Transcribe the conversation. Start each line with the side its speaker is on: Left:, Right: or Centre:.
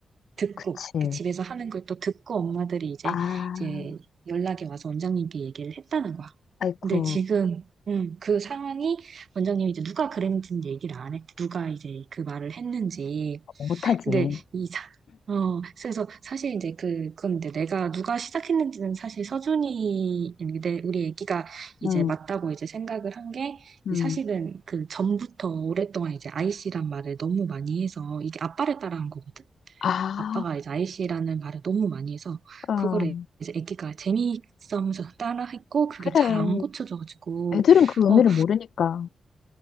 Right: 듣고
Left: 그치.
Right: 그 집에서 하는 걸 또 듣고 엄마들이 이제
Left: 아,
Right: 이제 연락이 와서 원장님께 얘기를 했다는 거야.
Left: 아이쿠,
Right: 근데 지금 음, 그 상황이 원장님이 이제 누가 그랬는지는 얘기를 안 했대. 누가 이제 그 말을 했는지.
Left: 못하지.
Right: 근데 이 사, 어, 그래서 사실 이제 그, 그건데 내가 누가 시작했는지는 사실 서준이, 내, 우리 애기가 이제
Left: 응,
Right: 맞다고 이제 생각을 한 게,
Left: 응.
Right: 사실은 그 전부터 오랫동안 이제 아이씨란 말을 너무 많이 해서, 이게 아빠를 따라한 거거든?
Left: 아,
Right: 아빠가 이제 아이씨라는 말을 너무 많이 해서,
Left: 어,
Right: 그거를 이제 애기가 재미있어 하면서 따라했고, 그게
Left: 그래.
Right: 잘 안 고쳐져가지고,
Left: 애들은 그 의미를
Right: 어,
Left: 모르니까.